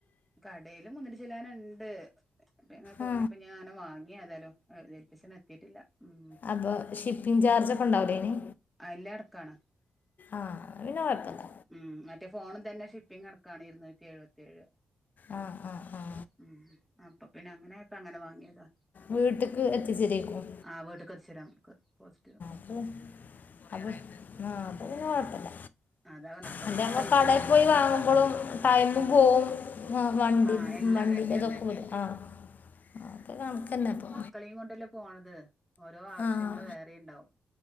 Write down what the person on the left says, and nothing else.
ആ
അപ്പൊ ഷിപ്പിംഗ് ചാർജൊക്കെ ഉണ്ടാവില്ലയിന്?
ആഹ് അത്പിന്നെ കൊഴപ്പില്ല.
ആഹ് ആഹ് ആഹ്
വീട്ടിലേക്ക് എത്തിച്ചേരേക്കും
അപ്പോ ആഹ് അപ്പോപിന്നെ കൊഴപ്പില്ല.
മറ്റേ
നമ്മ
കടയിൽ പോയി വാങ്ങുമ്പോളു ടൈമും
പോവും ആഹ് വണ്ടി
ഉം വണ്ടീലൊക്കെ
പോണ്ടേ ആഹ് എക്കകണക്ക് തന്നെ അപ്പോ
ആ